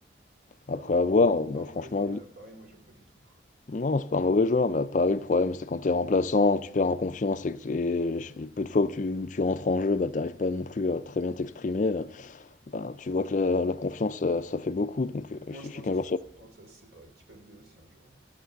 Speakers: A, on the left (about 40°); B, on the right (about 55°).
A: Après
B: Ah non, franchement,
A: avoir,
B: c'est
A: moi
B: pas un mauvais
A: franchement,
B: joueur,
A: oui.
B: mais pareil, moi j'aime pas du tout.
A: Non, c'est pas un mauvais joueur, mais à Paris, le problème, c'est quand t'es remplaçant, tu perds en confiance et, que- et les peu de fois où tu, où tu rentres en jeu, bah t'arrives pas non plus à très bien t'exprimer, euh, bah tu vois que la, la confiance, ça, ça fait beaucoup, donc euh, il
B: Moi
A: suffit
B: je pense
A: qu'un
B: qu'il
A: joueur
B: faudrait
A: soit...
B: penser à se séparer de Kipembe aussi un jour.